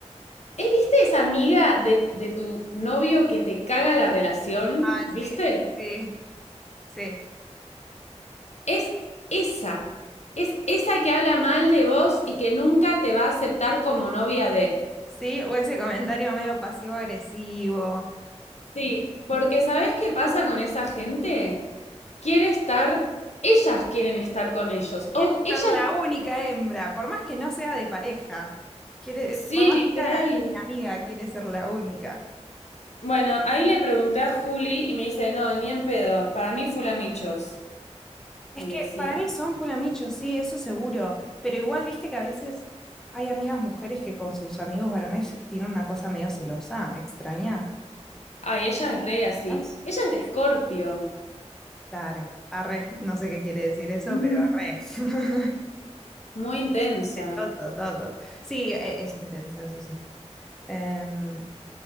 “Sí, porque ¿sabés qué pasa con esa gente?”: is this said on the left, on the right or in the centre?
Left